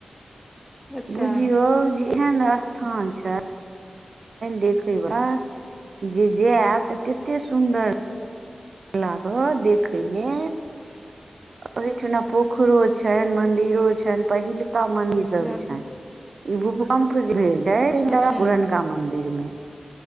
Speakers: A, in the centre; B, on the right.
A: अच्छा
B: बुझियौ जे एहन स्थान छै देखेई बला जे जायब तऽ तते सुन्दर लाागत देखिये मे ओहिठना पोखरो छनि मंदिरो छनि पहिलका मंदिर
A: चलू
B: सब छनि ई भूकम्प भेल रहै
A: अच्छा
B: पुरनका मंदिर में